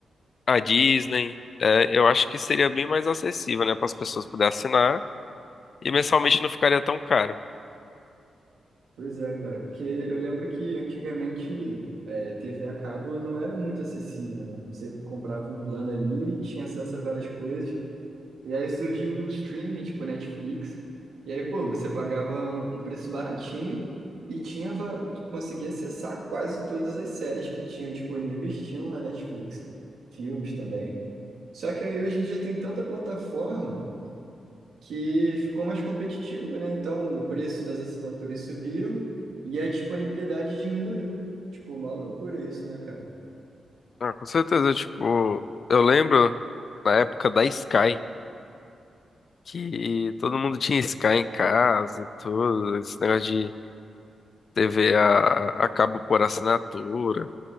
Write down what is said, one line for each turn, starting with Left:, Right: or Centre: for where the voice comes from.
Left: a Disney, é, eu acho que seria bem mais acessível, né, para as pessoas poderem assinar e mensalmente não ficaria tão caro.
Right: Pois é, cara, porque eu lembro que antigamente é, TV a cabo não era muito acessível, né? Você comprava um plano ali, tinha acesso a várias coisas, E aí surgiu o streaming, tipo Netflix. E aí, pô, você pagava um, um preço baratinho e tinha, va- conseguia acessar quase todas as séries que tinham disponíveis, tinham na Netflix. Filmes também. Só que aí hoje em dia tem tanta plataforma que ficou mais competitivo, né? Então o preço das assinaturas subiram e a disponibilidade diminuiu. Tipo, uma loucura isso, né, cara?
Left: Ah, com certeza, tipo, eu lembro na época da Sky, que todo mundo tinha Sky em casa e tudo, esse negócio TV a, a cabo por assinatura.